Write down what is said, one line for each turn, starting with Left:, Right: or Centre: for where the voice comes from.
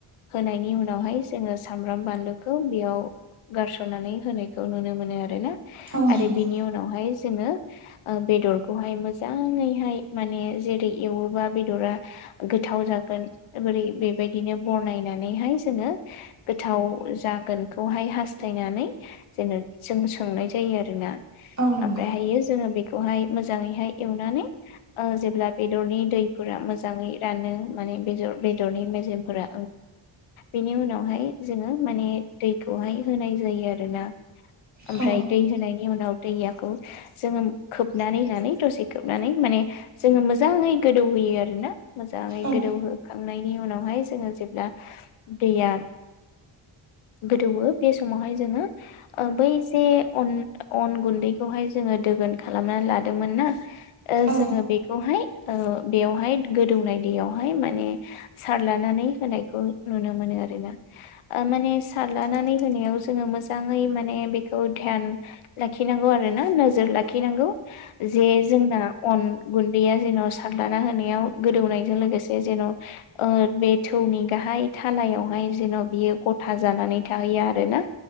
Left: होनायनि उनावहाय जोङो सामब्राम बानलुखौ बेयाव गारस'नानै होनायखौ नुनो मोनो आरो ना।
Right: औ
Left: आरो
Right: नंगौ
Left: बिनि उनावहाय जोङो बेदरखौहाय मोजाङैहाय माने जेरै एवोबा बेदरा गोथाव जागोन बोरै बेबायदिनो बरनायनानैहाय जोङो गोथाव जागोनखौहाय हास्थायनानै जेन जों सोंनाय जायो आरो ओमफ्राय
Right: औ नंगौ
Left: हाय जों बे खौहाय मोजाङैहाय एवनानै ओ जेब्ला बेदरनि दैफोरा मोजाङै रानो म यै बेदर बेदरनि मेजेमफोरा बिनि उनावहाम जों माने दैखौहाय नाया होनाय जायो आरो ना ओमफ्राय
Right: औ
Left: दै होनना बेनि उनाव दैखौ जोङो खोबनानै होननानै दसे खोबनानै माने जोङो मोजाङै गोदौ होयो आरो ना मोजाङै
Right: औ
Left: गोदौहो खांनायनि उनावहाय जोङो जेब्ला दैया गोदौ बे समावहाय जोङो बै जे अन अन गुन्दैखौहाय जोङो दोगोन खालामनानै लादोंमोन ना ओ
Right: औ
Left: जोङो बेखौहाय ओ बेयावहाय गोदौनाय दैयावहाय माने सारलानानै होनायखौ नुनो मोनो आरो ओ माने सारलानानै होनायाव जोङो मोजाङै माने बेखौ ध्यान लाखिनांगौ आरोना नोजोर लाखिनांगौ जे जोंना। अन गुन्दैया जेन' सारलाना होनायाव गोदौनायजों लोगोसे जेन ओ बे थौ नि गाहाय थालायावहाय जेन' बियो गथा जानानै थाहैया आरो ना